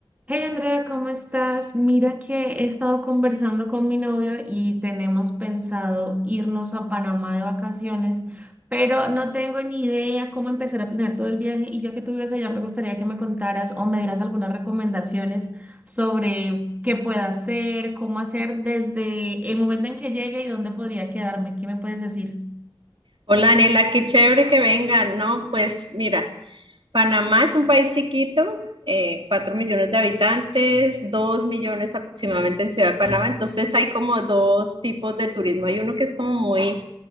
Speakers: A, on the right; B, on the right.
A: Hey Andrea, ¿cómo estás? Mira que he estado conversando con mi novio y tenemos pensado irnos a Panamá de vacaciones, pero no tengo ni idea cómo empezar a planear todo el viaje y ya que tú vives allá me gustaría que me contaras o me dieras algunas recomendaciones sobre qué pueda hacer, cómo hacer desde el momento en que llegue y dónde podría quedarme. ¿Qué me puedes decir?
B: Hola, Anela, qué chévere que vengan. No, pues mira, Panamá es un país chiquito, eh, 4 millones de habitantes, 2 millones aproximadamente en Ciudad de Panamá, entonces hay como dos tipos de turismo. Hay uno que es como muy